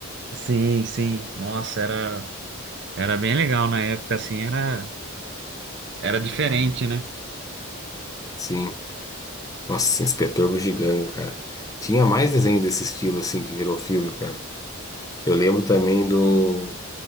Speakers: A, on the right; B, on the left.
A: Sim, sim. Nossa, era, era bem legal na época, assim, era, era diferente, né?
B: Sim. Nossa, Inspetor Bugiganga, cara. Tinha mais desenho desse estilo, assim, que virou filme, cara. Eu lembro também do.